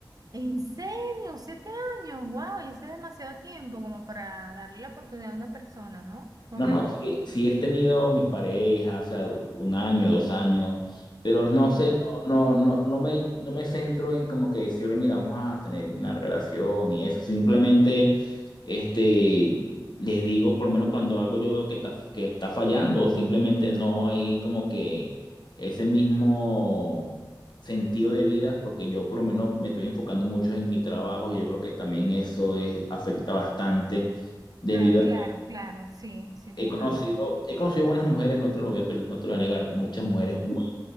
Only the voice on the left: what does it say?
No,
no,
sí, sí he tenido mis parejas, o sea, un año, dos años, pero no
sé, no, no, no, no me, no me centro en como que decirle, mira, vamos a tener una relación y eso. Simplemente, este, les digo, por lo menos cuando algo yo veo que está, que está fallando, simplemente no hay como que ese mismo sentido de vida, porque yo por lo menos me estoy enfocando mucho en mi trabajo y yo creo que también eso es, afecta bastante debido
a
He conocido,
he conocido buenas mujeres, no te lo voy a, pel- no te lo voy a negar, muchas mujeres buenas,